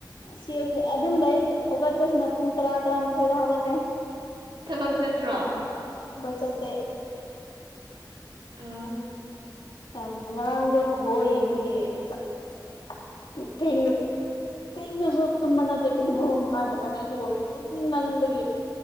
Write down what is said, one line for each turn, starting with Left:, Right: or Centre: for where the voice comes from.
Left: ꯁꯤꯁ ꯑꯗꯨꯝ ꯂꯩ ꯍꯧꯒꯠꯄꯁꯤꯅ ꯄꯨꯡ ꯇꯔꯥ ꯇꯔꯥꯃꯥꯊꯣꯏꯗ ꯍꯧꯒꯠꯂꯦ
Right: ꯊꯕꯛ ꯆꯠꯇ꯭ꯔꯣ
Left: ꯊꯕꯥꯛ ꯆꯠꯇꯦ
Right: ꯑꯥ
Left: ꯑꯥꯝ ꯉꯔꯥꯡꯗꯣ ꯀꯕꯣꯜ ꯌꯦꯡꯕꯒꯤ ꯑꯁ ꯆꯠ ꯊꯦꯡꯅ ꯊꯦꯡꯅꯖꯨ ꯇꯨꯝꯕ ꯅꯠꯇꯦ ꯄꯨꯡ ꯕꯔꯣ ꯃꯈꯥꯏ ꯈꯛꯇꯅꯦ ꯑꯗꯨ ꯑꯣꯏꯔꯖꯨ ꯇꯨꯝꯅꯤꯡꯃꯟꯕꯒꯤ